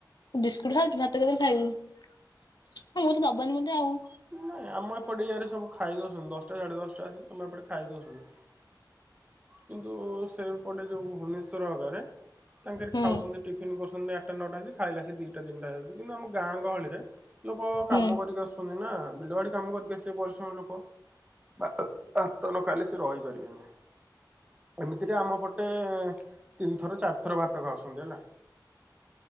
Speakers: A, on the left; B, on the right.
A: ବିସ୍କୁଟ ଟ ଖାଉଛୁ ଭାତ କେତେବେଳେ ଖାଇବୁ ବୋଉ ତ ଦବନି ମୋତେ ଆଉ
B: ନାଇଁ ଆମ ଏପଟେ ଇଆରେ ସବୁ ଖାଇ ଦଉଛନ୍ତି ଦଶଟା ସାଢେ ଦଶଟା ଆସିକି ଆମ ଏପଟେ ଖାଇ ଦଉଛନ୍ତି। କିନ୍ତୁ ସେପଟେ ଯୋଉ ଭୁବନେଶ୍ଵର ଆକରେ। ତାଙ୍କର
A: ହୁଁ
B: ଖାଉଛନ୍ତି ଟିଫିନ କରୁଛନ୍ତି ଆଠଟା ନଅଟା ଆସିକି ଖାଇଲା ଆସିକି ଦିଟା ତିନଟା ହେଇଯାଉଛି କିନ୍ତୁ ଆମ ଗାଁ ଗହଳିରେ ଲୋକ କାମ
A: ହୁଁ
B: କରିକି ଆସୁଛନ୍ତି ନା ବିଲବାଡି କାମ କରିକି ଆସିବେ ପରିଶ୍ରମ ଲୋକ। ଭାତ ଭାତ ନଖାଇଲେ ସେ ରହିପାରିବେନି। ଏମିତିରେ ଆମ ପଟେ ତିନିଥର ଚାରିଥର ଭାତ ଖାଉଛନ୍ତି ହେଲା।